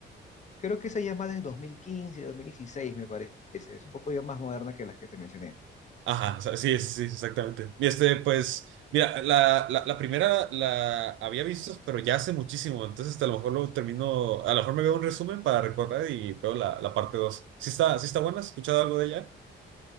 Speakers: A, on the left; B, on the right.
A: Creo que esa ya es más del 2015, 2016, me parece. Es un poco ya más moderna que las que te mencioné.
B: Ajá, o sea, sí, sí, sí, exactamente. Y este, pues, mira, la, la, la primera la había visto, pero ya hace muchísimo, entonces este, a lo mejor lo termino, a lo mejor me veo un resumen para recordar y veo la, la parte dos Sí está, sí está buena, ¿has escuchado algo de ella?